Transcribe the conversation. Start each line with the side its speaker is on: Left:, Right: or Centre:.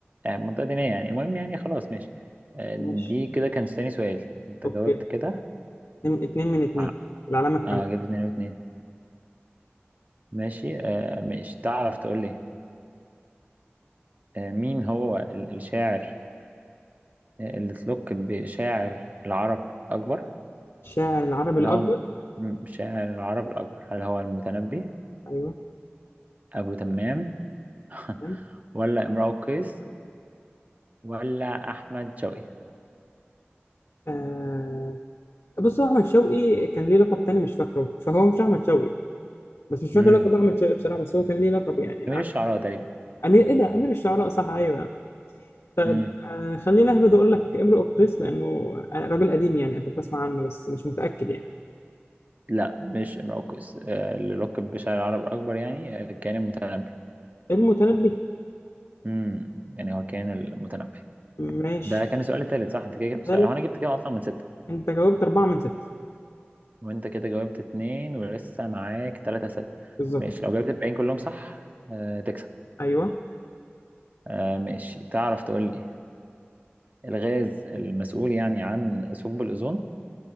Right: آه، منطقة دينية يعني المهم يعني خلاص ماشي آه،
Left: ماشي
Right: دي كده كان تاني سؤال أنت
Left: اوكي
Right: جاوبت كده
Left: اتنين اتنين من اتنين
Right: ع-
Left: العلامه الكامله
Right: اه جبت اتنين واتنين ماشي آه، مش تعرف تقول لي آه، مين هو ال- الشاعر آه، اللي تلوك بشاعر العرب أكبر
Left: الشاعر العربي
Right: هل
Left: الاكبر
Right: هو م- شاعر العرب الأكبر هل هو المتنبي
Left: ايوه
Right: أبو تمام <laughs>
Left: تمام
Right: ولا امرؤ القيس ولا أحمد شوقي
Left: آه... بص هو احمد شوقي كان ليه لقب تاني مش فاكره فهو مش احمد شوقي بس مش فاكر
Right: امم
Left: لقب احمد شوقي بصراحه بس هو كان ليه لقب يعني
Right: أمير الشعراء تقريبا
Left: امير ايه ده امير الشعراء صح ايوه طيب
Right: امم
Left: آه خليني اهبد اقول لك امرؤ القيس لانه آه، راجل قديم يعني كنت اسمع عنه بس مش متاكد يعني
Right: لا مش امرؤ القيس آه، اللي لقب بشاعر العرب الأكبر يعني آه، كان المتنبي
Left: المتنبي
Right: امم يعني هو كان المتنبي
Left: ماشي
Right: ده كان السؤال التالت صح انت كده جبت
Left: ثالث
Right: سؤال هو انا جبت كام اصلا من ستة
Left: انت جاوبت اربعه من سته
Right: وانت كده جاوبت اتنين ولسه معاك تلاتة اسئلة
Left: بالظبط
Right: ماشي لو جاوبت الباقيين كلهم صح آه تكسب
Left: ايوه
Right: آه ماشي تعرف تقول لي الغاز المسؤول يعني عن ثقب الأوزون